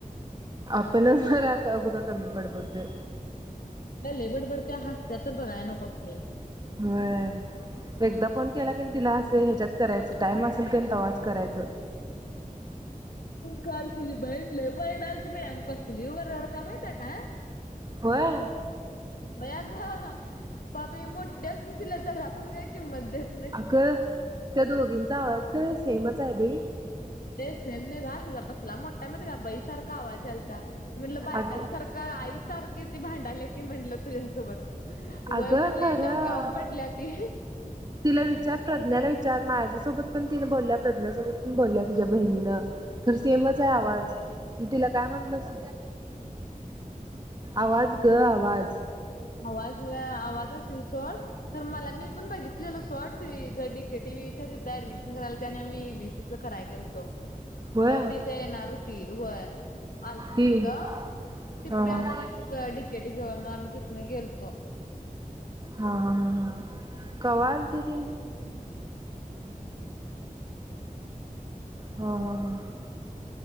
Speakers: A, on the right (about 30°); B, on the left (about 80°).
A: आपण जरा बघ कमी बडबडतोय.
B: हे लय बडबड त्या हसत्या तर काय बघायलाच नको.
A: होय. एकदा फोन केला की तिला असे ह्याच्यात करायचं टाइम असेल क तेव्हाच करायचं
B: काल तुझी बहीण लय ओरडालती बाई कसली ओरडत्या माहिती काय.
A: होय.
B: व्हय अगं पाप ही मोठी असुन तिला जरा पण काय किंमत देत नाही.
A: अगं त्या दोघींचा आवाज काय सेमच आहे बाई.
B: ते सेम नाही बाह तीझा कसला मोठा माहीत्या का सेम बाईसारखा आवाज यालता म्हटलं बायकांसारखं
A: अग
B: का आई सारखे ते भांडाले की म्हटलं तुझ्यासोबत
A: अगं
B: वय म्हणली
A: खरं
B: डोक्यावर पडल्या ती.
A: तिला विचार प्रज्ञाला विचार माझ्यासोबत पण तिनें बोलल्या प्रज्ञासोबत पण बोलल्या तिच्या बहिणीनं खरं सेमच आहे आवाज तिला काय म्हटलं स आवाज ग आवाज.
B: आवाज ग आवाज असेल सोड तर मला मी पण बघितलेल सोड ज ती <unintelligible> ऍडमिशन कराय त्या आणि मी ईबीसीचा कराय गेलतो.
A: होय
B: तर तिथे येणार होती, वय आलती
A: ती
B: तिथं
A: हा
B: टिप्पी
A: हा
B: आलती
A: हा
B: त डीकेटी जवळ मग आम्ही तिथन गेलतो.
A: हा हा हा कवा आलती ती. ह <inaudible>